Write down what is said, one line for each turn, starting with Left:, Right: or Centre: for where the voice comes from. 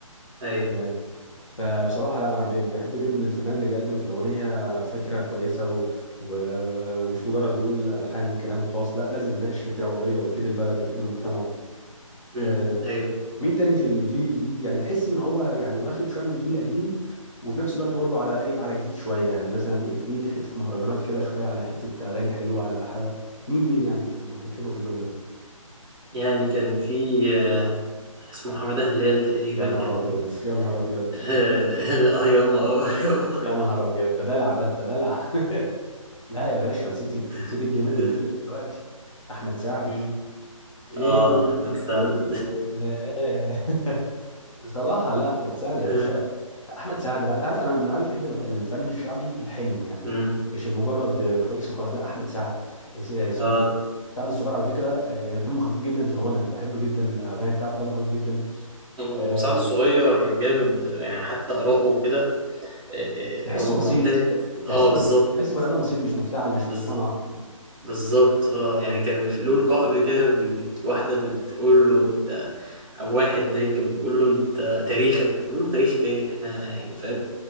Right: ايوه
Centre: آه، فبصراحة لا أنا ب- بحب جدا الفنان اللي بيقدم في الأغنية فكرة كويسة و... و... ومش مجرد بيقول ألحان وكلام وخلاص لا لازم يناقش فكرة وقضية ويفيد البلد ويفيد المجتمع
Right: امم
Centre: آه،
Right: ايوه
Centre: مين تاني في الجيل الجديد يعني تحس إن هو يعني واخد شوية من الجيل القديم وفي نفس الوقت برضه على إيه على جديد شوية يعني مثلا إيه بيدي حتة مهرجانات كده شوية على حتة أغاني حلوة على ح... مين مين يعني بتحبه بتحبه في اللون ده
Right: يعني كان في آه، اسمه حماده هلال تقريبا
Centre: يا نهار
Right: كان
Centre: أبيض يا نهار أبيض
Right: اه <laughs> آه، ياما اه ياما
Centre: يا نهار أبيض ده دلع ده ده دلع <laughs> لا يا باشا نسيت نسيت
Right: <laughs>
Centre: الجامد اللي فيه دلوقتي احمد سعد
Right: أمم.
Centre: ايه
Right: اه
Centre: اليوم
Right: احمد
Centre: الحلو
Right: سعد
Centre: ده <laughs> بصراحه لا احمد سعد يا
Right: <laughs>
Centre: باشا احمد سعد بقى انت عارف انا من النوع اللي بتحب الغ- الفن الشعبي الحلو يعني
Right: أمم.
Centre: مش المجرد ترقيص وخلاص لا احمد سعد اس- اسمه
Right: اه
Centre: سعد الصغير على فكره آه، دمه خفيف جدا في الغنى بحب جدا الاغاني بتاعته دمه خفيف جدا
Right: وسعد
Centre: آه،
Right: الصغير جامد يعني حتى آراءه وكده آه،
Centre: تحسه
Right: هو
Centre: بسيط
Right: معترف
Centre: تحسه
Right: اه بالظبط
Centre: بن- تحسه بني ادم بسيط مش مفتعل مش
Right: بالظبط
Centre: مصطنع
Right: بالظبط اه يعني كان في- له لقاء قبل كده بي- بت- واحدة بتقول له انت او واحد ده كان بيقول له انت تاريخك بيقول له تاريخ ايه احنا يعني فاهم